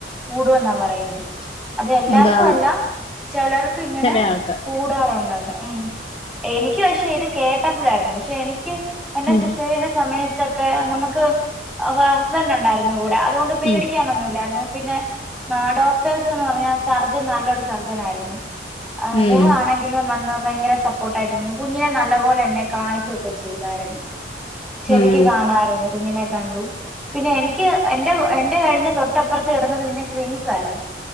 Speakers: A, in the centre; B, on the left.
A: കൂടു എന്നാ പറയുന്നെ. അതെല്ലാർക്കു
B: അതാ
A: അല്ല ചിലർക്ക് ഇങ്ങനെ
B: ചില ആൾക്ക്
A: കൂടാറുണ്ടെന്ന് ഉം എനിക്ക് പക്ഷെ ഇത് കേട്ടപ്പഴായിരുന്നു പക്ഷെ എനിക്ക് എൻ്റെ
B: ഉം
A: സിസേറിയൻ്റെ സമയത്തൊക്കെ നമുക്ക് എ ഹസ്ബൻ്റുണ്ടായിരു ന്നു കൂടെ. അതുകൊണ്ട് പേടിക്കാനൊന്നുമില്ലായിരുന്നു
B: ഉം
A: പിന്നെ, ആഹ് ഡോക്ടേഴ്‌സ്ന്ന് പറഞ്ഞ സർജൻ നല്ലൊരു സർജൻ ആയിരുന്നു. അദ്ദേഹ
B: ഉം
A: ആണെങ്കി പിന്നെം വന്ന് ഭയങ്കര സപ്പോർട്ടായിട്ട് നിന്നു. കുഞ്ഞിനെ നല്ല പോലെ എന്നെ കാണിക്ക്യൊക്കെ ചെയ്തായിരുന്നു. ശരിക്ക്
B: ഉം
A: കാണായിരുന്നു കുഞ്ഞിനെ കണ്ടു. പിന്നെ എനിക്ക് എന്റെ എന്റെ കഴിഞ്ഞ തൊട്ടപ്പുറത്ത് കെടന്നത് പിന്നെ ട്വിൻസ് ആയിരുന്നു.